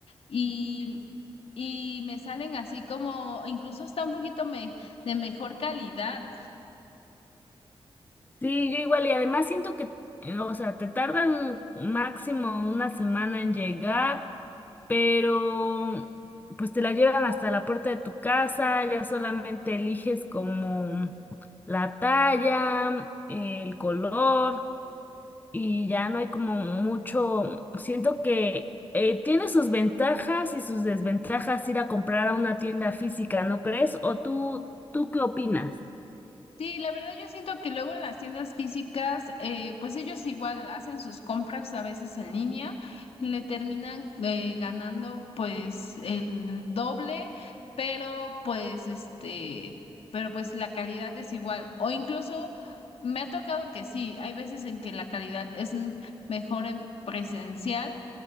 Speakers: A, on the left (about 75°); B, on the left (about 20°).
A: y, y me salen así como, incluso está un poquito me- de mejor calidad.
B: Sí, yo igual, y además siento que, eh, o sea, te tardan máximo una semana en llegar, pero pues te la llevan hasta la puerta de tu casa, ya solamente eliges como la talla, el color, y ya no hay como mucho, siento que eh, tiene sus ventajas y sus desventajas ir a comprar a una tienda física, ¿no crees? ¿O tú, tú qué opinas?
A: Sí, la verdad yo siento que luego en las tiendas físicas, eh, pues ellos igual hacen sus compras a veces en línea, le terminan eh, ganando pues el doble, pero pues este, pero pues la calidad es igual. O incluso me ha tocado que sí, hay veces en que la calidad es m- mejor en presencial